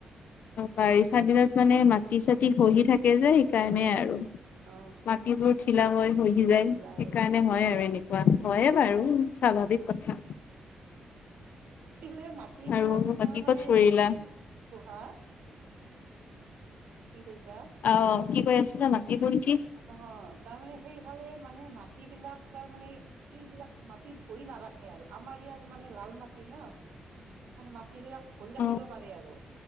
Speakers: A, on the left; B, on the right.
A: অ বাৰিষা দিনত মানে মাটি চাটি খহি থাকে যে সেইকাৰণে আৰু
B: অ
A: মাটিবোৰ ধিলা হৈ সহি যায়
B: ঢিলা
A: সেইকাৰণে
B: হৈ যায়
A: হয় আৰু এনেকুৱা হয়ে
B: অ
A: বাৰু স্বাভাৱিক কথা
B: তিলে মাটিবিলাক
A: আৰু বাকী
B: তাৰ মানে
A: ক'ত ফুৰিলা
B: ধোহা কি কৈছা?
A: আহ কি কৈ আছিলা মাটি পৰি
B: নহয় তাৰমানে সেইফালেই মানে মাটিবিলাক তাৰ মানে শিল বিলাক মাটি ধৰি নাৰাখে আৰু আমাৰ ইয়াৰ মানে লাল মাটি না মানে মাটিবিলাক ধৰি ৰাখিব
A: অ
B: পাৰে আৰু